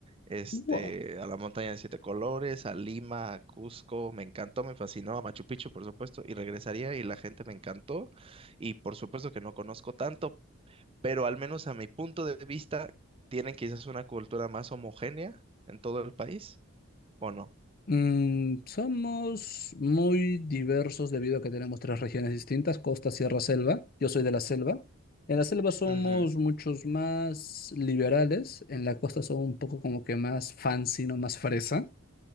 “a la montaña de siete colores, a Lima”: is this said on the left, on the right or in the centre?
Right